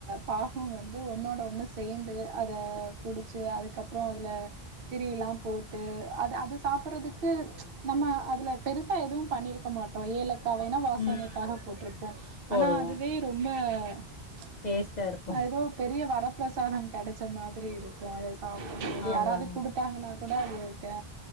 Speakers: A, on the right (about 65°); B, on the left (about 50°).
A: பாகும் வந்து ஒன்னோட ஒண்ணு சேர்ந்து அதை பிடிச்சி அதுக்கப்பறம் அதில திரிலாம் போட்டு அது அது சாப்படுறதுக்கு நம்ம அதுல பெருசா எதுவும் பண்ணிருக்க மாட்டோம் ஏல க்கனா வாசனைக்காக
B: ம்
A: போட்டிருப்போம்
B: போடுவோ
A: ஆனா அதுவே ரொம்ப <unintelligible>
B: டேஸ்ட்டா இருக்கு
A: ஏதோ பெரிய வரம் பிரசாதம் கிடைச்ச மாதிரி இருக்கும் அத சாப்பிடும் போது
B: ஆமாங்க
A: யாராவது குடுத்தாங்கன்னா கூட அது இருக்கே